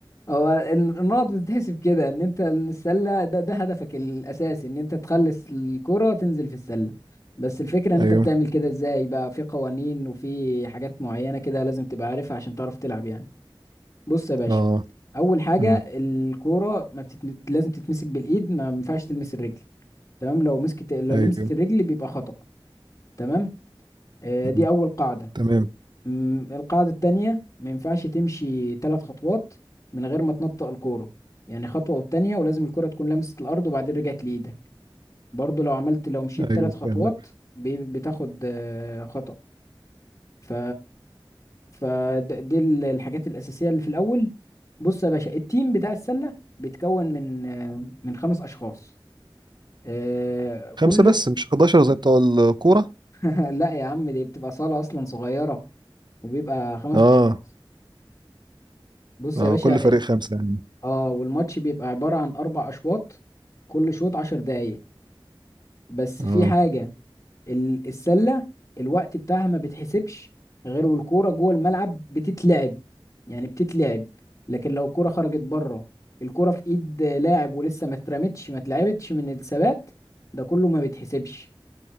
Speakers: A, on the left; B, on the right.
A: هو ال- النقط بتتحسب كده ان انت ان السله ده, ده هدفك الاساسي ان انت تخلص الكره تنزل في السله بس الفكره ان
B: ايوه
A: انت بتعمل كده ازاي بقى في قوانين وفي حاجات معينه كده لازم تبقى عارفها عشان تعرف تلعب يعني بص يا باشا
B: اه
A: اول حاجه
B: امم
A: الكوره ما بتتم... لازم تتمسك بالايد ما ينفعش تلمس الرجل تمام لو مسكت لو
B: ايوه
A: لمست الرجل بيبقى خطأ تمام آه،
B: مم.
A: دي اول قاعده
B: تمام
A: أمم، القاعدة التانية ما ينفعش تمشي ثلاث خطوات من غير ما تنطق الكورة يعني خطوة والتانية ولازم الكورة تكون لمست الأرض وبعدين رجعت لإيدك برضو لو عملت لو مشيت
B: ايوه
A: ثلاث خطوات
B: فاهمك
A: بي- بتاخد آه، خطأ ف فدي الحاجات الأساسية اللي في الأول بص يا باشا التيم بتاع السلة بيتكون من آه، من خمس أشخاص آه، كل
B: خمسة بس مش 11 زي بتوع الكورة
A: <laughs> لا يا عم دي بتبقى صالة أصلا صغيرة وبيبقى خمس
B: اه
A: أشخاص بص
B: اه
A: يا باشا
B: كل فريق خمسة يعني
A: اه والماتش بيبقى عبارة عن أربع أشواط كل شوط عشر دقايق بس في
B: اه
A: حاجة ال- السلة الوقت بتاعها ما بتحسبش غير والكورة جوه الملعب بتتلعب يعني بتتلعب لكن لو الكورة خرجت بره الكورة في إيد لاعب ولسه ما اترمتش ما اتلعبتش من الثبات ده كله ما بيتحسبش